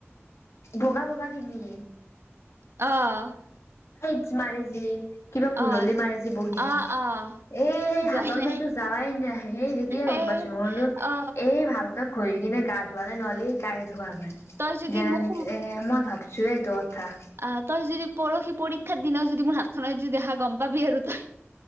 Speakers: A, on the left (about 75°); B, on the right (about 60°).
A: বগা বগা খিনি
B: অ'।
A: <unintelligible> মাৰে যি কিবা ভুল
B: অ
A: হ'লে মাৰে যে বহি এ
B: অ
A: সেই
B: অ যোৱাই
A: হাতৰ
B: নাই
A: পাইতো যোৱাই নাই, সেই দেখিয়ে গম
B: এ
A: পাইছো মোৰ না
B: অ
A: এই ভালকে ঘঁহি কিনে গা ধোৱা নাই, নহ'লে গায়েই ধোৱা নাই।
B: তই যদি মোক
A: এ মই ভাবছোৱাই এইটো কথা।
B: আ তই যদি পৰহি পৰীক্ষাৰ দিনা যদি মোৰ হাতখনত যদি দেখা, গম পাবি আৰু তই।